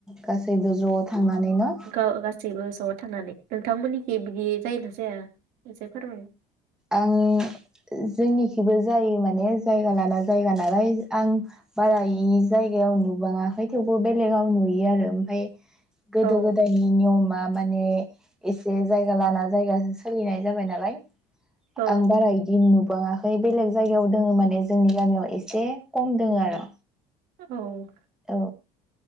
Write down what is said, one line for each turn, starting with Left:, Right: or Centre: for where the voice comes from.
Centre: गासैबो ज' थांनानै न
Right: गा-गासैबो न'आव थांनानै। नोंथांमोननिखि बिदि जायो ना जाया एसे फोरमाय
Centre: आं जोंनिखिबो जायो माने जायगा लाना जायगा नालाय आं बाराय जायगायाव नुुबाङाखै थेवबो बेलेगाव नुयो आरो आमफाय गोदो
Right: औ
Centre: गोदायनि नियमा मा माने एसे जायगा लाना जागासो सोलिनाय जाबाय नालाय
Right: औ
Centre: आं बारा इदि नुबाङा बै बेलेग जायगायाव दोङो माने जोंनि गामियाव एसे खम दोङो आरो।
Right: औ
Centre: औ